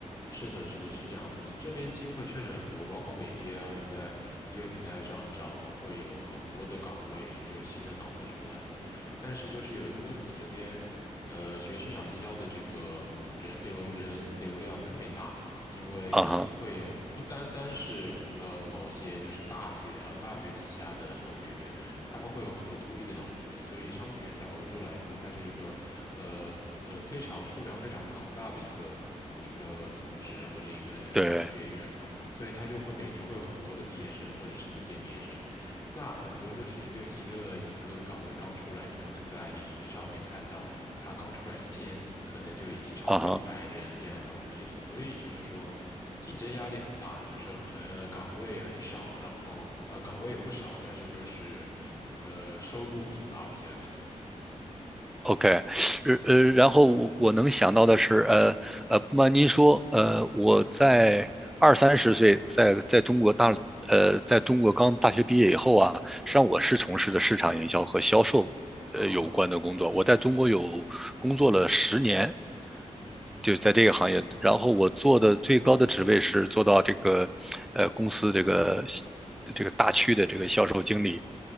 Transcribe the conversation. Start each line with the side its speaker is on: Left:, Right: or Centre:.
Left: 是的，是的，是这样子。这边机会确实很多，包括每天啊，你在就业平台上找，会有很多的岗位，就新的岗位出来。但是就是有一个问题，这边呃学市场营销的这个人流人流量特别大，因为会有不单单是呃某些就是大学啊大学底下的商学院，
Centre: 啊哈，
Left: 他们会有很多独立的商学院，所以商学院在欧洲来说，它是一个呃呃非常数量非常庞大的一个。一个组织或者一个呃学院吧，
Centre: 对
Left: 所以它就会每年会有很多的毕业生或者是应届毕业生，那很多就是一个一个一个岗位刚出来，你可能在领英上面看到他刚出来一天，可能就已经超过一百人这样投递了。
Centre: 啊哈。
Left: 所以就是说，竞争压力很大，就是很呃岗位很少，然后呃岗位也不少，但是就是呃收入比吧比较低。
Centre: OK，呃呃，然后我我能想到的是，呃呃，不瞒您说，呃，我在二三十岁在在中国大，呃，在中国刚大学毕业以后啊，
Left: 嗯嗯，
Centre: 实际上我是从事的市场营销和销售，
Left: 哦，
Centre: 呃，有关的工作。我在中国有工作了十年，
Left: 嗯
Centre: 就在这个行业。然后我做的最高的职位是做到这个，呃，公司这个这个大区的这个销售经理。